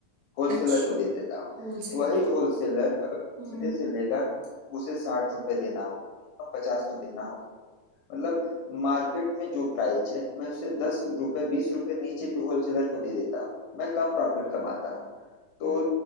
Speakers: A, on the left (about 75°); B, on the right (about 60°).
A: होलसेलर
B: अच्छा
A: को दे देता हूँ
B: होलसेलर
A: वही
B: को
A: होलसेलर अगर दूसरे
B: हम्म
A: से लेगा तो उसे साठ रुपए देना होगा पचास तो देना होगा मतलब मार्केट में जो प्राइस है मैं उसे दस रुपए बीस रुपए नीचे भी होलसेलर को दे देता हूँ मैं कम प्रॉफिट कमाता हूँ तो